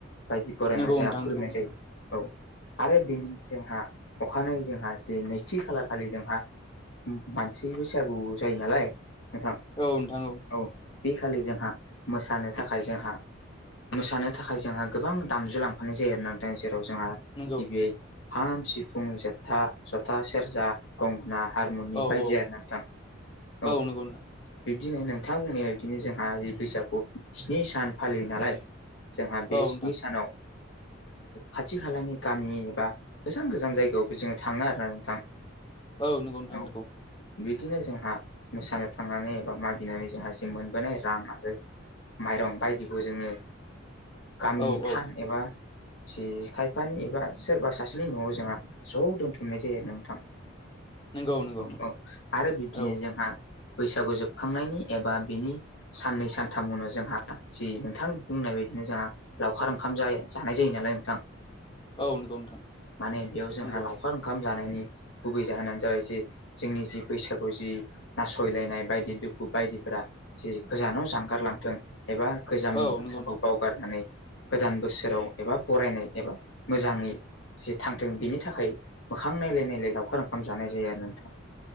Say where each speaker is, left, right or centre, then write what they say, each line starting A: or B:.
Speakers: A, on the left; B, on the left.
A: बायदि बरायना
B: नंगौ
A: जोंहा
B: नोंथां
A: खुलुमनाय
B: नंगौ
A: जायो। औ आरो बेनि जोंहा अखानायै जोंहा ज नैथि खालार खालि जोंहा मानसि बैसागु जायो नालाय नोंथां
B: औ नोंथां औ
A: औ बे खालि जोंहा मोसानो थाखाय जोंहा मोसानो थाखाय जोंहा गोबां दामजु लांफानाय जायो आरो नोंथां जेराव जोंहा
B: नंगौ
A: गिबिय खाम, सिफुं, जथा, सेरजा गंगना, हारमुनि
B: औ
A: बायदि
B: औ
A: आरो नोंथां औ
B: नंगौ नोंथां
A: बिब्दिनो नोंथां बुंनाय ब बिदिनो जोंहा बैसागु स्नि सान फालियो नालाय जोंहा बे
B: औ
A: स्नि
B: नोंथां
A: सानाव खाथि खालानि गामि एबा गोजान गोजान जायगायावबो जोङो थाङो आरो ना नोंथां।
B: औ नंगौ नोंथांनिखौ
A: औ बिदिनो जोंहा मोसानो थांनानै एबा मागिनानै जोंहा जि मोनबोनाय रां आरो माइरं बायदिबो जोङो गामिनि
B: औ
A: थान
B: औ
A: एबा जि खायफानि एबा सोरबा सासेनि न'आव जोंहा ज' दोनथुमनाय जायो। आरो नोंथां
B: नंगौ नंगौ
A: औ
B: नंगौ
A: औ आरो बिब्दिनो
B: औ
A: जोंहा बैसागु जोबखांनायनि एबा बिनि साननै सानथाम उनाव जोंहा जि नोंथां बुंनाय बायदिनो जोंहा लावखार ओंखाम जाया जानाय जायो नालाय नोंथां
B: औ नंगौ नोंथां
A: माने बेयाव जोंहा
B: नंगौ
A: लाखारा ओंखाम जानायनि गुबै जाहोनानो जाबाय जे जोंनि जि बैसागु जि नासयलायनाय बायदि दुखु बायदिफोरा गोजानाव जानगारलांथों एबा गोजामनि
B: औ
A: बाथ्राखौ
B: नंगौ नोंथां
A: बाव बारनानै गोदान बोसोराव एबा बरायनाय एबा मोजाङै जि थांदों बिनि थाखाय मोखां नायलाय नायलाय लावखार ओंखाम जानाय जायो। आरो नोंथां